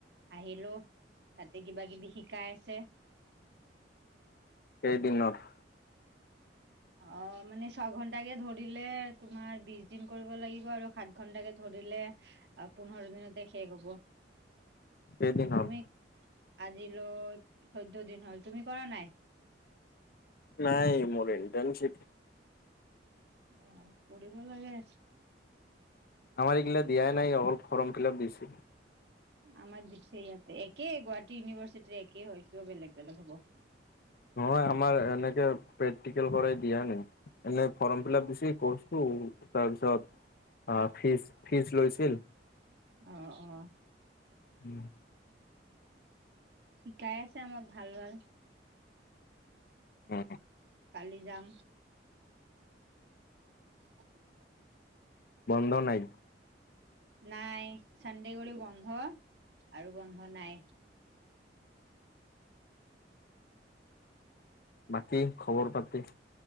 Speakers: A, on the right; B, on the left.
A: আহিলো তাতে কিবা কিবি শিকাই আছে।
B: কেইদিনৰ?
A: অ মানে ছঘন্টাকে ধৰিলে তোমাৰ বিশ দিন কৰিব লাগিব আৰু সাত ঘন্টাকে ধৰিলে পোন্ধৰ দিনতে শেষ হব। তুমি
B: কেইদিন হ'ল
A: আজিলৈ চৈধ্য দিন হ'ল। তুমি কৰা নাই?
B: নাই মোৰ ইণ্টাৰ্ণশ্বিপ।
A: অ কৰিব লাগে।
B: আমাৰ এইগিলা দিয়াই নাই অলপ ফ্ৰম ফিলাপ দিছে।
A: আমাৰ দিছে ইয়াতে একে গুৱাহাটী ইউনিভাৰ্চিটিৰ একে হয় কিয় বেলেগ বেলেগ হ'ব।
B: নহয় আমাৰ এনেকে প্ৰেক্টিকেল কৰাই দিয়া নাই। এনেই ফৰ্ম ফিল আপ দিছি কৰছো তাৰপিছত আ ফিজ ফিজ লৈছিল।
A: অ অ।
B: ওম।
A: শিকাই আছে আমাক ভাল ভাল।
B: অ।
A: কালি যাম। <inaudible>
B: বন্ধ নাই?
A: নাই চানদে কৰি বন্ধ আৰু বন্ধ নাই।
B: বাকী খবৰ পাতি?